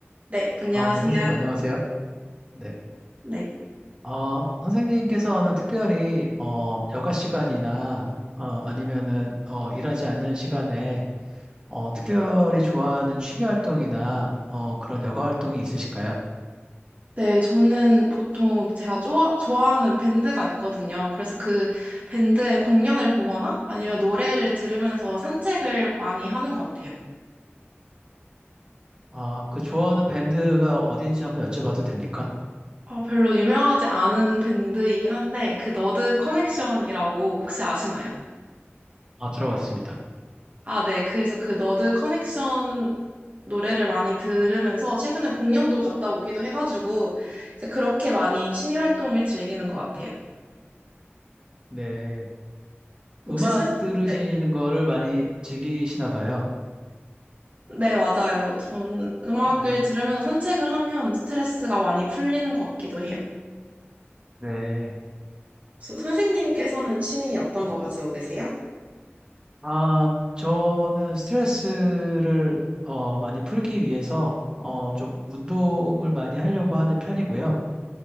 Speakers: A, on the right; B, on the right.
A: 네, 안녕하세요.
B: 아, 네, 선생님 안녕하세요. 네.
A: 네.
B: 어, 선생님께서는 특별히 어, 여가 시간이나 어, 아니면은 어, 일하지 않는 시간에 어, 특별히 좋아하는 취미 활동이나 어, 그런 여가 활동이 있으실까요?
A: 네, 저는 보통 제가 좋아, 좋아하는 밴드가 있거든요. 그래서 그 밴드의 공연을 보거나 아니면 노래를 들으면서 산책을 많이 하는 것 같아요.
B: 아, 그 좋아하는 밴드가 어딘지 한번 여쭤봐도 됩니까?
A: 어, 별로 유명하지 않은 밴드이긴 한데, 그 너드 커넥션이라고 혹시 아시나요?
B: 아, 들어봤습니다.
A: 아, 네. 그래서 그 너드 커넥션 노래를 많이 들으면서 최근에 공연도 갔다 오기도 해가지고, 이제 그렇게 많이 취미 활동을 즐기는 것 같아요.
B: 네.
A: 혹시
B: 음악
A: 선,
B: 들으시는
A: 네.
B: 거를 많이 즐기시나 봐요.
A: 네, 맞아요. 저는 음악을
B: 네.
A: 들으면서 산책을 하면 스트레스가 많이 풀리는 것 같기도 해요.
B: 네.
A: 소- 선생님께서는 취미 어떤 거 가지고 계세요?
B: 아, 저는 스트레스를 어, 많이 풀기 위해서 어, 좀 운동을 많이 하려고 하는 편이고요.